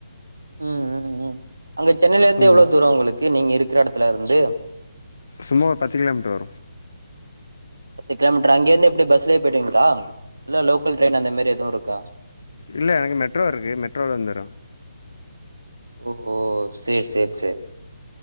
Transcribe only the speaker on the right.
உ உ உ அங்க சென்னையில இருந்து
எவ்ளோ தூரோ அவங்களுக்கு நீங்க இருக்க எடத் த்துல இருந்து
பத்து கிலோமீட்டர் அங்க இருந்து எப்டி பஸ்லே போயிட்டீங்களா இல்ல லோக்கல் ட்ரெயின் அந்த மாரிஎதுவு இருக்கா
ஓ ஓ சரி சரி சரி